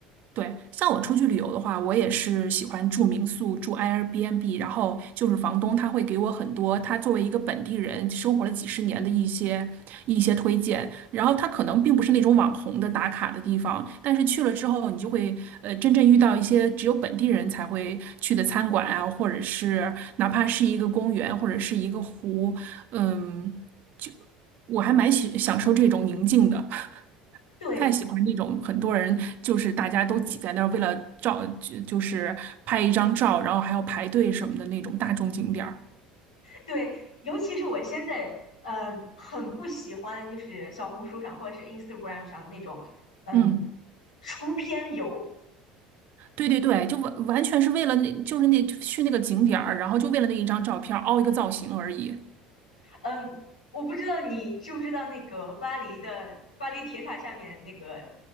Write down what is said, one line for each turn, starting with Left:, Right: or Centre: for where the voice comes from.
Right: 对。像我出去旅游的话，我也是喜欢住民宿、住 Airbnb，然后就是房东他会给我很多他作为一个本地人生活了几十年的一些一些推荐，然后他可能并不是那种网红的打卡的地方，但是去了之后，你就会呃真正遇到一些只有本地人才会去的餐馆啊，或者是哪怕是一个公园或者是一个湖，嗯，就我还蛮喜享受这种宁静的。
Left: 对
Right: 不太喜欢那种很多人就是大家都挤在那儿，为了照就就是拍一张照，然后还要排队什么的那种大众景点儿。
Left: 对，尤其是我现在嗯，很不喜欢，就是小红书上或者是 Instagram 上那种嗯出片游。
Right: 嗯，对对对，就完完全是为了那，就是那就去那个景点儿，然后就为了那一张照片儿凹一个造型而已。
Left: 嗯，我不知道你知不知道那个巴黎的巴黎铁塔下面那个